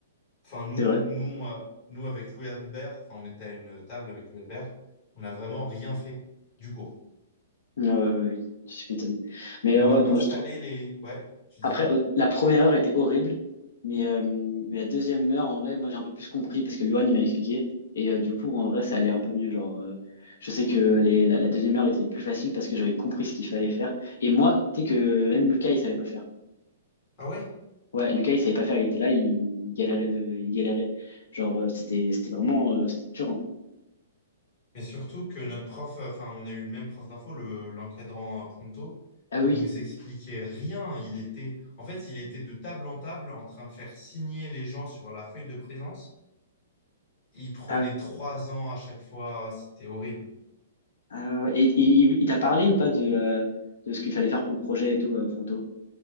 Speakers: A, on the left (about 25°); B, on the left (about 85°).
A: Enfin nous
B: C'est vrai.
A: nous euh, nous avec Louis Albert, enfin on était à une table avec Louis Albert, on n'a vraiment rien fait du cours.
B: Euh, oui, je m'étonne. Mais euh,
A: On a
B: ouais, non, moi,
A: installé
B: je trouve-
A: les ouais, tu disais?
B: Après, euh, la première heure était horrible, mais, euh, mais la deuxième heure, en vrai, moi, j'ai un peu plus compris parce que Loane, il m'a expliqué. Et euh, du coup, en vrai, ça allait un peu mieux. Genre, euh, je sais que les, la, la deuxième heure était plus facile parce que j'avais compris ce qu'il fallait faire. Et moi, tu sais que même Lucas, il savait pas faire.
A: Ah ouais?
B: Ouais, Lucas, il savait pas faire, il était là, il galérait de, il galérait. Genre, euh, c'était, c'était vraiment, euh, c'était dur. hein.
A: Mais surtout que notre prof, euh, enfin, on a eu le même prof d'info, le, l'encadrant euh, Pronto,
B: Ah oui,
A: il nous expliquait rien. Il était, en fait, il était de table en table en train de faire signer les gens sur la feuille de présence. Il prenait
B: ah ouais,
A: trois ans à chaque fois. C'était horrible.
B: ah ouais. ouais. Et, et- il il t'a parlé ou pas de, euh, de ce qu'il fallait faire pour le projet et tout, euh, Pronto?